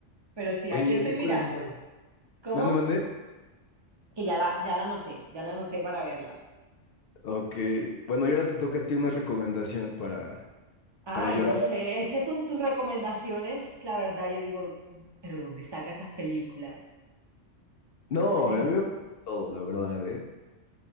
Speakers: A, on the right; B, on the left.
A: Pero sí,
B: Oye,
A: aquí
B: ¿y
A: estoy
B: a ti
A: mirando.
B: cuáles otras?
A: ¿Cómo?
B: Mande, mande.
A: Que ya la, ya la anoté, ya la anoté para verla.
B: Ok. Bueno, y ahora te toca a ti una recomendación para,
A: Ay,
B: para llorar
A: no sé,
B: a gusto.
A: es que tú- tus recomendaciones, la verdad, yo digo, ¿pero dónde saca esas películas?
B: No,
A: Yo sí,
B: a mí me gusta de todo, la verdad, ¿eh?